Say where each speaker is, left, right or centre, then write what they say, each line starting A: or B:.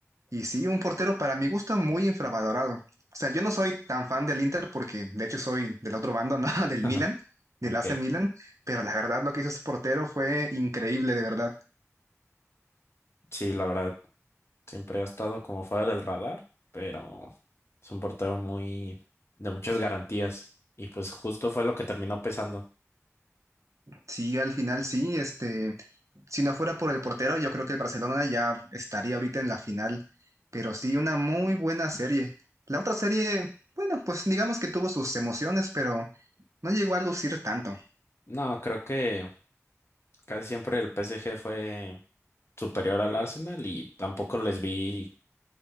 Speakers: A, on the right; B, on the left.
A: Y sí, un portero para mi gusto muy infravalorado. O sea, yo no soy tan fan del Inter porque de hecho soy del otro bando, ¿no? <laughs> Del
B: Ajá.
A: Milan, del
B: Ok,
A: AC Milan, pero la verdad lo que hizo este portero fue increíble, de verdad.
B: sí, la verdad, siempre ha estado como fuera del radar, pero es un portero muy de muchas garantías y pues justo fue lo que terminó pesando.
A: Sí, al final sí, este, si no fuera por el portero, yo creo que el Barcelona ya estaría ahorita en la final, pero sí, una muy buena serie. La otra serie, bueno, pues digamos que tuvo sus emociones, pero no llegó a lucir tanto.
B: No, creo que casi siempre el PSG fue superior al Arsenal y tampoco les vi